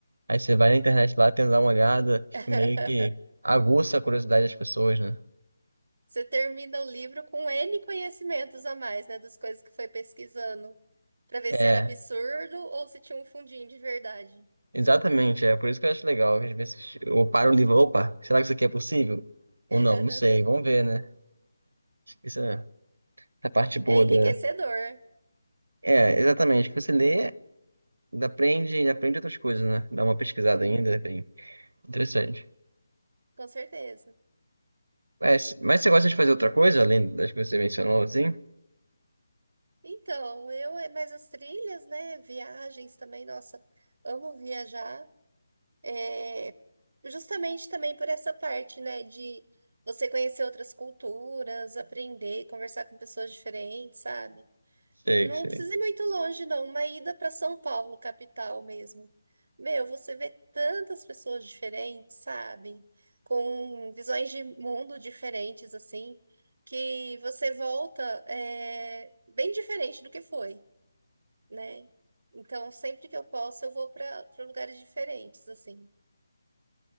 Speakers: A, on the right (about 80°); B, on the right (about 50°).
A: Aí você vai na internet lá, tenta dar uma olhada, fica
B: <laughs>
A: meio que aguça a curiosidade das pessoas, né?
B: Você termina o livro com N conhecimentos a mais, né? Das coisas que foi pesquisando, pra ver
A: É,
B: se era absurdo ou se tinha um fundinho de verdade.
A: exatamente, é por isso que eu acho legal. Às vezes eu paro o livro, opa, será que isso aqui é possível? Ou
B: <laughs>
A: não, não sei, vamos ver, né? Acho que Isso é a parte boa
B: É enriquecedor.
A: da. É, exatamente, que você lê, aprende, aprende outras coisas, né? Dá uma pesquisada
B: Uhum,
A: ainda, é bem interessante.
B: com certeza.
A: Mas, mas você gosta de fazer outra coisa, além das que você mencionou, assim?
B: Então, eu, mas as trilhas, né? Viagens também, nossa, amo viajar. É, justamente também por essa parte, né, de você conhecer outras culturas, aprender, conversar com pessoas diferentes, sabe?
A: Sei,
B: Não
A: sei.
B: precisa ir muito longe, não. Uma ida para São Paulo, capital mesmo. Meu, você vê tantas pessoas diferentes, sabe? Com visões de mundo diferentes, assim, que você volta é, bem diferente do que foi, né? Então, sempre que eu posso, eu vou para lugares diferentes, assim.